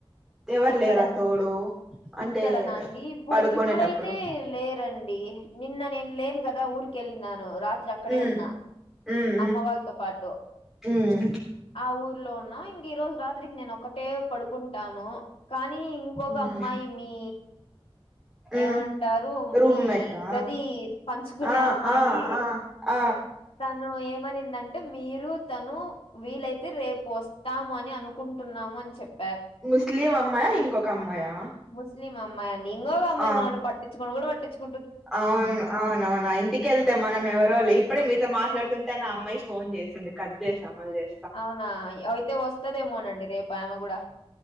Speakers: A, in the centre; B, on the left (about 70°).
A: ఎవరు
B: ఎక్కడ
A: లేరా తోడు అంటే
B: ఇక్కడనా అండి ఇప్పుడు
A: పడుకునేటప్పుడు
B: ఇప్పుడైతే లేరండి నిన్న నేన్ లేన్ కదా ఊర్కెళ్ళి నాను రాత్రి అక్కడే
A: మ్మ్
B: ఉన్నా
A: మ్మ్
B: అమ్మ వాళ్ళతో పాటు
A: మ్మ్
B: ఆ ఊర్లో ఉన్నాం ఇంక ఈ రోజు రాత్రికి నేను ఒక్కటే పడుకుంటాను కానీ ఇంకొక
A: మ్మ్
B: అమ్మాయి మీ
A: మ్మ్
B: ఏమంటారు
A: రూమ్మేటా
B: మీ గది పంచుకునే
A: ఆ
B: అమ్మాయి
A: ఆ ఆ ఆ
B: తను ఏమనిందంటే మీరు తను వీలైతే రేపు వస్తాము అని అనుకు కుంటున్నాము అని చెప్ప్
A: ముస్లిం అమ్మాయా ఇంకొక అమ్మాయా
B: ముస్లిం అమ్మాయి అండి ఇంకోక అమ్మాయి
A: ఆ
B: మనల్ని పట్టించుకోను కూడా పట్టిచు
A: అవును అవునవును ఇంటికెల్తే మనం ఎవరోలే ఇప్పుడే మీతో మాట్లాడుతుంటేనే
B: ఆ
A: ఆ అమ్మాయి ఫోన్ చేసింది కట్ చేసా మల్చేస్తా
B: అవునా అయితే వస్తదేమోనండి రేపు ఆమె కూడా